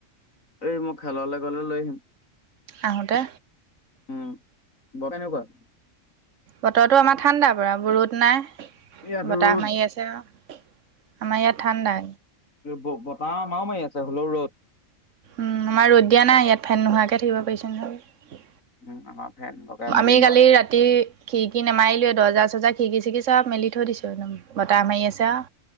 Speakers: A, on the left; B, on the right.
A: এই মই খেললে গ'লে লৈ আহিম।
B: আহোঁতে।
A: উম' বতৰ কেনেকুৱা?
B: বতৰটো আমাৰ ঠাণ্ডা পুৰা ৰ'দ নাই।
A: ইয়াত
B: বতাহ
A: ৰ'দ
B: মাৰি আছে। আৰু আমাৰ ইয়াত ঠাণ্ডা।
A: বতাহ আমাৰো মাৰি আছে। হ'লেও ৰ'দ
B: উম' আমাৰ ৰ'দ দিয়া নাই। ইয়াত ফেন নোহোৱাকে থাকিব পাৰিছো নহয়।
A: উম' আমাৰ ফেন লগাই
B: আমি
A: মেলি
B: কালি
A: মই
B: ৰাতি খিৰিকি নামাৰিলেও দৰ্জাৰ-চৰ্জাৰ, খিৰিকি-চিৰিকি চব মেলি থৈ দিছোঁ একদম, বতাহ মাৰি আছে আৰু।